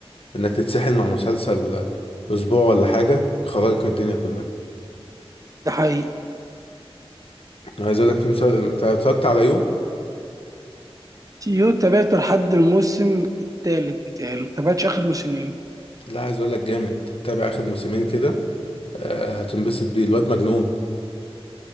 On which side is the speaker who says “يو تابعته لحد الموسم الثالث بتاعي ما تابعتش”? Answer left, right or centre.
Right